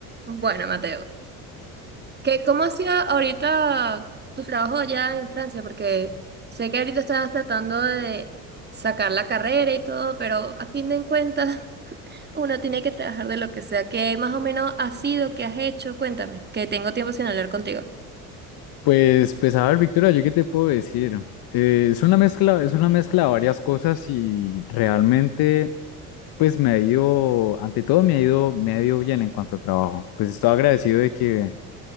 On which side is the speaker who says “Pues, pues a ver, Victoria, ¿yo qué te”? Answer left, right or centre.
Left